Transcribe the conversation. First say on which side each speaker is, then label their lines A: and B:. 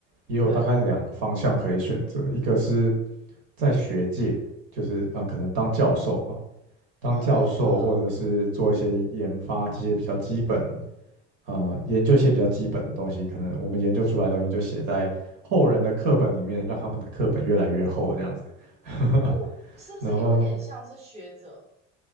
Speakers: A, on the right; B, on the right.
A: 也有大概两个方向可以选择，
B: 对。
A: 一个是在学界，就是啊、可能当教授嘛，当教授或者是做一些研发这些比较基本。
B: 哦，
A: 呃研究一些比较基本的东西，可能我们研究出来的东西就写在后人的课本里面，让他们的课本越来越厚这样子。<laughs>
B: 哦，是不是有一点像是学者？
A: 然后，